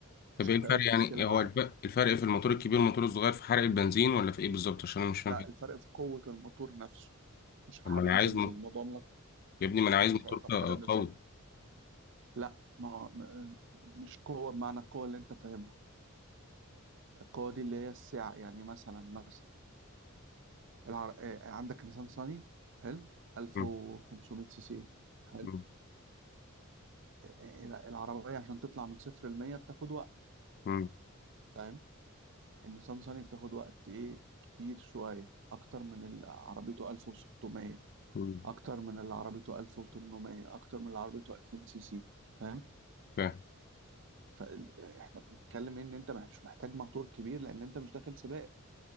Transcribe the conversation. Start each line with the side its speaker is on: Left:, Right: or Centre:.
Left: طب
Right: مش
Left: ايه
Right: هتقابل
Left: الفرق يعني
Right: مشكلة معاه
Left: هو الف- الفرق في الموتور الكبير والموتور الصغير في حرق البنزين ولا في ايه بالظبط عشان انا مش فاهم
Right: لا
Left: حاجة.
Right: الفرق في قوة الموتور نفسه مش في
Left: طب
Right: حرق
Left: ما انا
Right: البنزين
Left: عايز م...
Right: الموضوع ملك-
Left: يا ابني ما انا عايز
Right: ملوش
Left: موتور
Right: علاقة
Left: ق-
Right: بحرق البنزين
Left: قوي
Right: لا ما هو- م- مش قوة بمعنى القوة اللي انت فاهمها القوة دي اللي هي السعة يعني مثلا مثلا العر... آه، عندك نيسان صاني حلو 1500
Left: مم.
Right: سي سي حلو
Left: مم.
Right: آه، آه، العربية عشان تطلع من صفر ل 100 بتاخد وقت
Left: مم.
Right: فاهم النيسان صاني بتاخد وقت ايه كتير شوية اكتر من اللي عربيته 1600
Left: مم.
Right: اكتر من اللي عربيته 1800 اكتر من اللي عربيته 2000 سي سي فاهم
Left: فاهم
Right: فاحنا بنتكلم ان انت مش محتاج موتور كبير لان انت مش داخل سباق